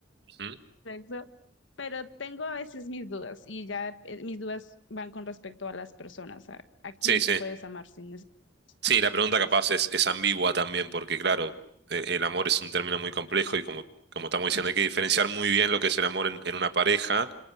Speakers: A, on the right; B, on the left.
A: ujú.
B: sexo, pero tengo a veces mis dudas y ya eh, mis dudas van con respecto a las personas, a, a quién
A: Sí, sí.
B: tú puedes amar sin eso,
A: Sí,
B: ya,
A: la pregunta
B: eso.
A: capaz es, es ambigua también, porque claro, eh, el amor es un término muy complejo y como, como estamos diciendo, hay que diferenciar muy bien lo que es el amor en, en una pareja